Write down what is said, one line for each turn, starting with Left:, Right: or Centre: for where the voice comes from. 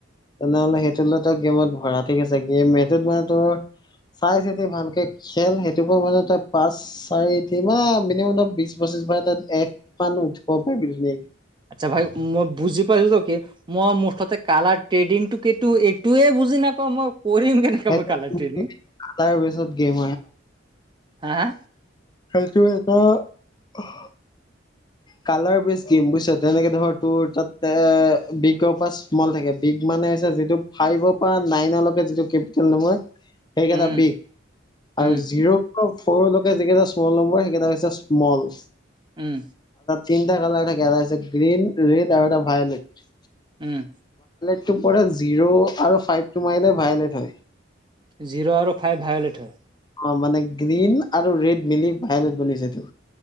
Left: তেনেহলে সেইটো ত গেমত ভৰা ঠিক আছে গেম সেইটোত মানে তোৰ চাই চিতি ভালকে খেল সেইটো ব মানে তই পাঁচ চাৰিট মানে মিনিমাম ধ বিশ বছৰ তাত এক পান উঠিব পাৰিবি ধুনীয়াকে <inaudible>
Right: আচ্ছা ভাই মই বুজি পাইছো ত কি মই মোৰ ততে কালাৰ ট্ৰেডিংটোক এইটয়ে। বুজি নাপাওঁ মই কৰিম কেনেকে
Left: সেইটো
Right: মই কালাৰ ট্ৰ
Left: তাৰ পিছত গেম
Right: হা হা?
Left: খালটো আটা <inaudible> কালাৰ বেচম বুজিছ তেনেকে ধৰ তোৰ তাত এ বিগৰ পৰা স্মল থাকে বিগ মান যিটো ফাইভৰ পৰা নাইনকে যিটো কেপিটেল নয় সেইকেইটা
Right: উম
Left: বিষ
Right: উম
Left: আৰু জিৰ' সৰুলৈকে যিকেইটা স্মল নম্বৰ সেইকেইটা হৈছে স্মল।
Right: উম।
Left: তিটা কালাৰ থাকে এটা হৈছে গ্ৰীন, ৰেড আৰু এটা ভাই'লেট।
Right: উম।
Left: জ' আৰু ফাইভ মাৰ ভাই থ <inaudible>
Right: জিৰ' আৰু ফাইভ ভাইলেট হয়।
Left: অ মানে গ্ৰীণ আৰু ৰেড মিলি ভাইলেট বনিছেতো।